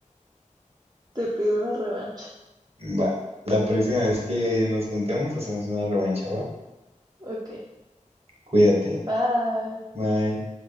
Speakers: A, on the right; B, on the right.
A: Te pido una revancha.
B: Va. La próxima vez que nos juntemos hacemos una revancha, ¿va?
A: Ok.
B: Cuídate.
A: Bye.
B: Bye.